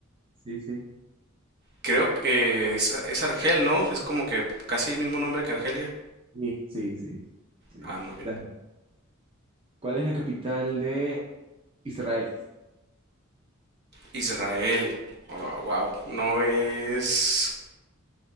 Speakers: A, on the right; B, on the right.
A: Sí, sí.
B: Creo que es, es Argel, ¿no? Es como que casi el mismo nombre que Argelia.
A: Sí, sí, sí. sí.
B: Ah, muy bien.
A: Ta- ¿Cuál es la capital de Israel?
B: Israel. wow. No es.